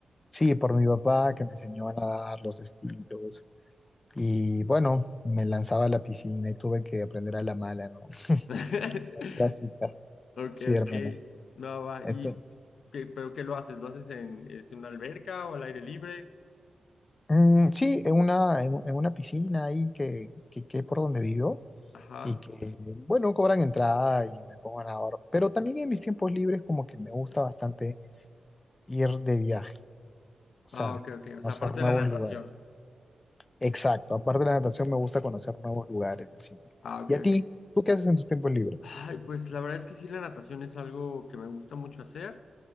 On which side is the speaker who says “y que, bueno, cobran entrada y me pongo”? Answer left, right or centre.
Left